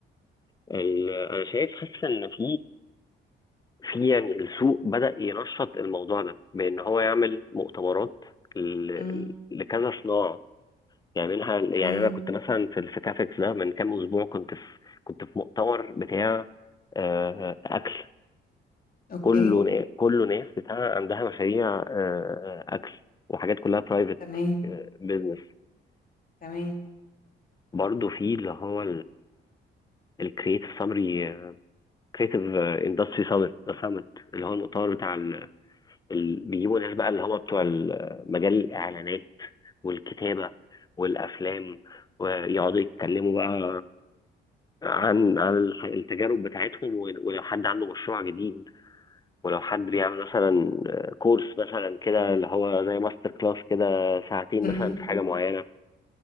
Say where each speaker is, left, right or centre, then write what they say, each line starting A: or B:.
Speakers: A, on the left (about 20°); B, on the left (about 45°).
A: ال- انا شايف حاسس ان في في يعني السوق بدأ ينشط الموضوع ده بإن هو يعمل مؤتمرات ل-
B: امم
A: لكذا صناعة يعملها يعني
B: امم
A: أنا كنت مثلا في في كافكس ده من كام أسبوع كنت في كنت في مؤتمر بتاع آه، أكل
B: اوكي
A: كله نا- كله ناس بتاع عندها مشاريع آه، أكل وحاجات كلها برايفت
B: تمام
A: بيزنس
B: تمام
A: برضه في اللي هو الكريتيف سامري كريتيف اندستري سامت ده سامت اللي هو المؤتمر بتاع ال- بيجيبوا ناس بقى اللي هو بتوع ال- مجال الإعلانات والكتابة والأفلام ويقعدوا يتكلموا بقى عن عن الح- التجارب بتاعتهم و- ولو حد عنده مشروع جديد ولو حد بيعمل مثلا كورس مثلا كده اللي هو زي ماستر كلاس كده ساعتين
B: امم
A: مثلا في حاجة معينة